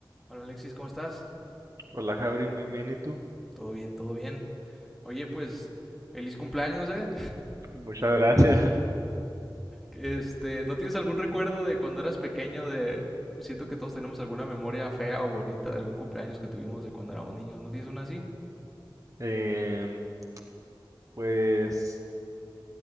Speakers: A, in the centre; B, on the right (about 40°).
A: Hola Alexis, ¿cómo estás?
B: Hola, Javrin, bienvenido.
A: Todo bien, todo bien. Oye, pues feliz cumpleaños, ¿eh?
B: Muchas gracias.
A: Este, ¿no tienes algún recuerdo de cuando eras pequeño de siento que todos tenemos alguna memoria fea o bonita de algún cumpleaños que tuvimos de cuando éramos niños? ¿No tienes una así?
B: <laughs> Em, pues,